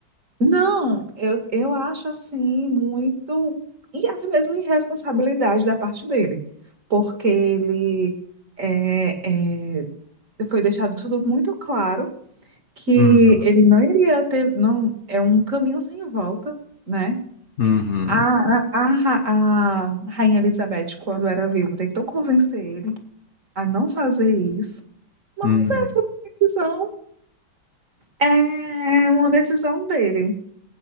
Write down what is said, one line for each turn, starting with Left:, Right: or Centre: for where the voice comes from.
Right: Não, eu, eu acho assim muito. E até mesmo irresponsabilidade da parte dele, porque ele é, é, foi deixado tudo muito claro que
Left: Uhum,
Right: ele não iria ter. Não, é um caminho sem volta, né?
Left: uhum,
Right: A, a, a, ra- a Rainha Elizabeth, quando era viva, tentou convencer ele a não fazer isso, mas
Left: uhum,
Right: essa decisão é uma decisão dele.